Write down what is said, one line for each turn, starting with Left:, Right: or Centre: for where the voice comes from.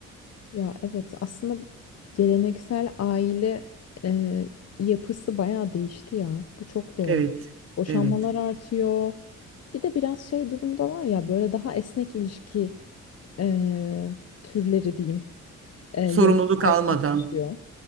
Left: Ya evet aslında geleneksel aile e, yapısı bayağı değişti ya. Bu çok doğru.
Right: Evet,
Left: Boşanmalar
Right: evet.
Left: artıyor. Bir de biraz şey durumu da var ya böyle daha esnek ilişki e, türleri diyeyim. E, yay-
Right: Sorumluluk almadan,
Left: yaygınlaşıyor.